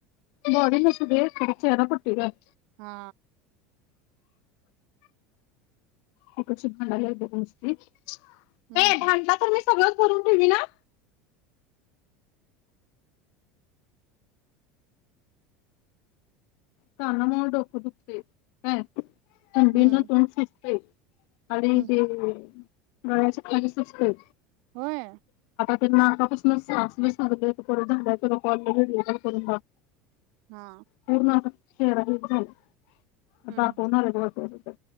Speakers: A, on the left (about 60°); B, on the right (about 60°).
A: बॉडी नसले तरी चेहरा पट्टी ग
B: हा
A: ही कशी भांडालेत बघ नुसती ए
B: हम्म हम्म
A: भांडला तर नुस सगळंच भरून ठेवीन हं कानामुळं डोकं दुखते काय थंडीनं
B: हम्म
A: तोंड सुजतंय आळी
B: हम्म
A: ते गळ्याच्या खाली सुजतंय
B: होय
A: नाकापसन साचलंय सर्दी एक पडून झाल्या की ग कॉल करून
B: हा
A: पूर्ण आ तेरा ग्रुप झाल्यात
B: हम्म
A: दाखवून आलेत वाटतं तिथं